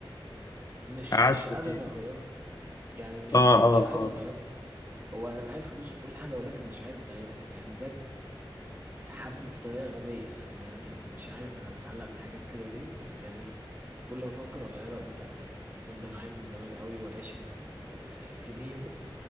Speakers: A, on the right; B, on the left.
A: مش
B: قعدت
A: مش قادر
B: فيه
A: اغيره يعني مش
B: اه
A: مش
B: اه
A: عايز
B: اه
A: اغيره هو انا معايا الفلوس وكل حاجه ولكن مش عايز اغيره يعني بجد حبه بطريقه غبيه يعني انا مش مش عارف انا بتعلق بالحاجات كده ليه بس يعني كل ما افكر اغيره اقول لا يعني التليفون ده معايا من زمان قوي وعشره آه، س- سنين